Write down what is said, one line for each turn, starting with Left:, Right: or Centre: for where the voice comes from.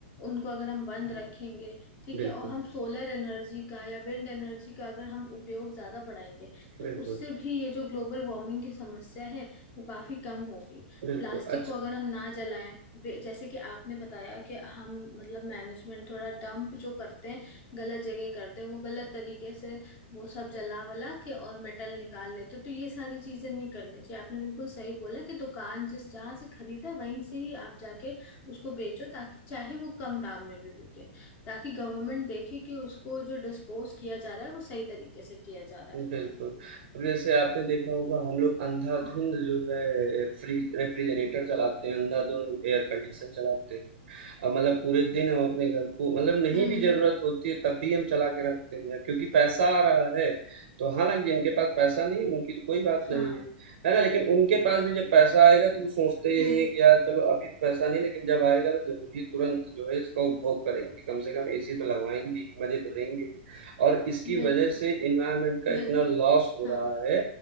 Left: उनको अगर हम बंद रखेंगे ठीक
Right: बिल्कुल
Left: है और हम सोलर एनर्जी का या विंड एनर्जी का अगर हम उपयोग ज्यादा बढ़ाएंगे तो
Right: बिल्कुल
Left: उससे भी ये जो ग्लोबल वार्मिंग की समस्या है वो काफी कम होगी
Right: बिल्कुल
Left: प्लास्टिक
Right: अच्छा
Left: को अगर हम ना जलाएं वे- जैसे कि आपने बताया कि हम मतलब मैनेजमेंट थोड़ा डंप जो करते हैं गलत जगह करते हैं वो गलत तरीके से वो सब जला वला के और मेटल निकाल लेते हैं। तो ये सारी चीजें नहीं करनी चाहिए आपने बिल्कुल सही बोला कि दुकान जिस जहां से खरीदा वहीं से ही आप जाके उसको बेचो ताकि चाहे वो कम दाम में भी बिके ताकि गवर्नमेंट देखे कि उसको जो डिस्पोज किया जा रहा है वो सही तरीके से किया जा रहा है
Right: बिल्कुल। अब जैसे आपने देखा होगा हम लोग अंधाधुंध
Left: हम्म
Right: जो है फ्रिज रेफ्रिजरेटर चलाते हैं, अंधाधुंध हम एयर कंडीशन चलाते हैं। अब मतलब पूरे दिन हम अपने घर को मतलब नहीं
Left: हम्म
Right: भी ज़रूरत
Left: हम्म,
Right: होती है तब भी हम चला के रखते हैं क्योंकि पैसा आ रहा है, तो हालाँकि जिनके पास पैसा नहीं है उनकी तो कोई बात
Left: हाँ
Right: नहीं है, है ना? लेकिन उनके पास भी जब पैसा आएगा तो वो सोचते यही
Left: हम्म
Right: है कि यार चलो अभी तो पैसा नहीं लेकिन जब आएगा तो ज़रूर ही तुरंत जो है इसका उपभोग करेंगे, कम से कम एसी तो लगवाएँगे ही, मज़े तो लेंगे ही। और इसकी
Left: बिल्कुल
Right: वजह से एनवायरनमेंट का
Left: बिल्कुल
Right: इतना लॉस हो
Left: हाँ
Right: रहा है